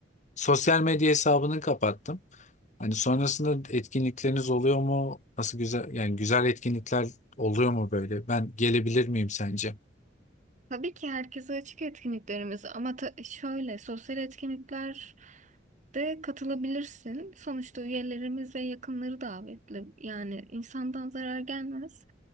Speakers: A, on the left; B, on the right.
A: sosyal medya hesabını kapattım. Hani sonrasında etkinlikleriniz oluyor mu? Nasıl güzel yani güzel etkinlikler oluyor mu böyle? Ben gelebilir miyim sence?
B: Tabii ki herkese açık etkinliklerimiz ama ta- şöyle sosyal etkinlikler de katılabilirsin. Sonuçta üyelerimiz ve yakınları davetli. Yani insandan zarar gelmez.